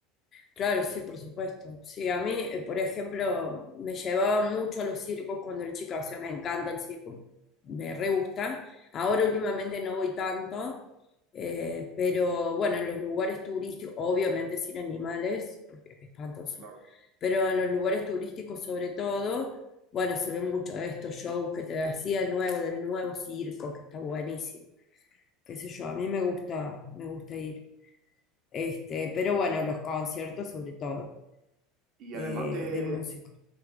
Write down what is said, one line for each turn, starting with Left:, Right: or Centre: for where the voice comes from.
Left: Claro, sí, por supuesto. Sí, a mí, eh, por ejemplo, me llevaban mucho a los circos cuando era chica, o sea, me encanta el circo, me re gusta. Ahora últimamente no voy tanto, eh, pero bueno, en los lugares turísticos, obviamente sin animales, porque es espantoso,
Right: Claro.
Left: pero en los lugares turísticos sobre todo, bueno, se ve mucho de estos shows que te decía, el nuevo, del nuevo circo, que está buenísimo qué sé yo, a mí me gusta, me gusta ir. Este, pero bueno, los conciertos sobre todo,
Right: Y
Left: eh,
Right: además de,
Left: de música.